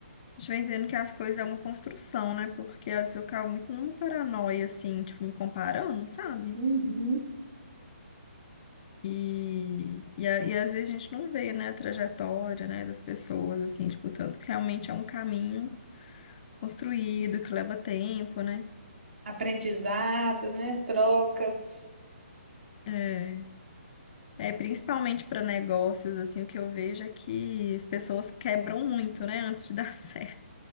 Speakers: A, on the left (about 35°); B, on the right (about 65°).
A: a gente vai entendendo que as coisas é uma construção, né? Porque às vezes eu ficava muito numa paranoia, assim, tipo, me comparando, sabe?
B: uhum.
A: E, e, a- e às vezes a gente não vê, né, a trajetória, né, das pessoas, assim, tipo, tanto que realmente é um caminho construído, que leva tempo, né?
B: Aprendizado, né? Trocas.
A: É, é principalmente para negócios, assim, o que eu vejo é que as pessoas quebram muito, né, antes de dar <laughs> certo.